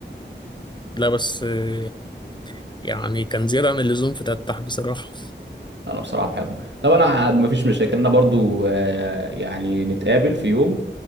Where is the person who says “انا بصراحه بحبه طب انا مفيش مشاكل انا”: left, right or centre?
Right